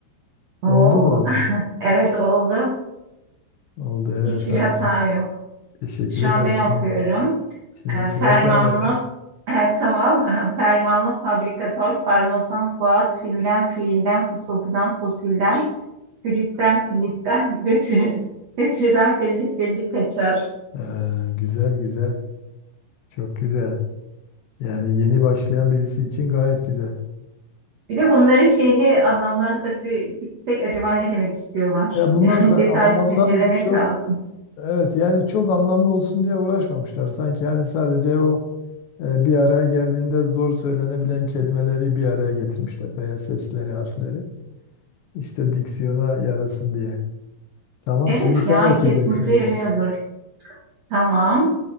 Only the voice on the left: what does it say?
Oldu mu?
Oldu evet
hadi
şimdi.
Teşekkür
ederim.
Şimdi,
şimdi
sıra
sende.
Ee, güzel güzel. Çok güzel. Yani yeni başlayan birisi için gayet güzel.
Ya
bunlar
da
anlamdan
çok
evet yani çok anlamlı olsun diye uğraşmamışlar. Sanki yani sadece o e, bir araya geldiğinde zor söylenebilen kelimeleri bir araya getirmişler veya sesleri, harfleri. İşte diksiyona yarasın diye. Tamam
şimdi sen
okuyacaksın
ilk.